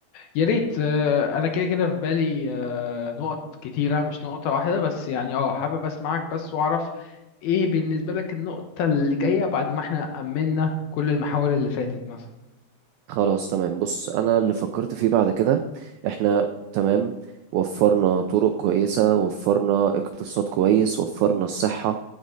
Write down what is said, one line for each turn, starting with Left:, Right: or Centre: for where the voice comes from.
Left: يا ريت آه، انا كده كده في بالي آه، نقط كتيره مش نقطه واحده بس يعني اه حابب اسمعك بس واعرف ايه بالنسبه لك النقطه اللي جايه بعد ما احنا امنا كل المحاور اللي فاتت مثلا
Right: خلاص تمام بص انا اللي فكرت فيه بعد كده احنا تمام وفرنا طرق كويسة وفرنا اقتصاد كويس وفرنا الصحة